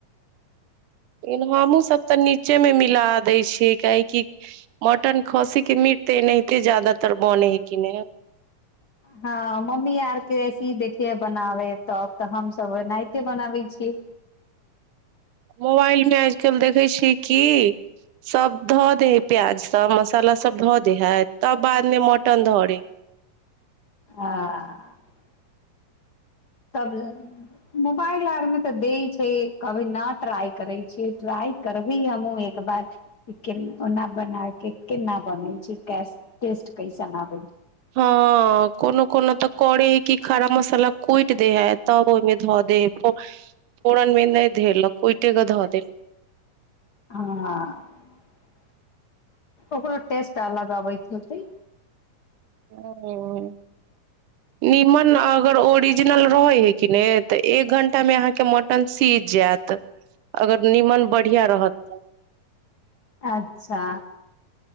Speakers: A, on the right; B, on the left.
A: लेकिन हमहुँ सब तऽ नीचे मे मिल दै छियै काह कि मटन खसी के मीट तऽ एनाहिते जादातर बने हय कि नहि
B: हँ मम्मी आरके से ह देखिय बनाबै तब तऽ हमसभ ओनाहिते बनाबै छियै
A: मोबाइल मे आजकल देखै छियै कि सभ धऽ दे हइ प्याज सब मसाला सभ धऽ दे हइ तब बादमे मटन धरे हय
B: हां तब ल मोबाइल आर मे तऽ दै छै से कभी न ट्राई करे छी ट्राई करबी हमहु एक बार के ओना बना के केना बने छी क टेस्ट कैसन न
A: हँ कोनो कोनो तऽ करै हय कि खरा मसाला कुटि कट दे है तब ओहिमे धो दे ओरा धरल कोइटे धऽ देल
B: हँ ओकरो टेस्ट अलग अबैत होतै
A: ओ ह निमन अगर ओरिजिनल रहै हय किने तऽ एक घंटा में अहाँक मटन सिझ जायत अगर निमन बढिया रहत तऽ
B: अच्छा